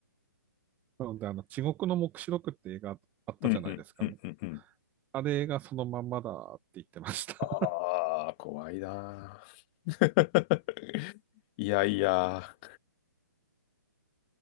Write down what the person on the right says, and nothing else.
なので、あの、地獄の黙示録って映画あったじゃないですか。
あれがそのまんまだって言ってました。<laughs>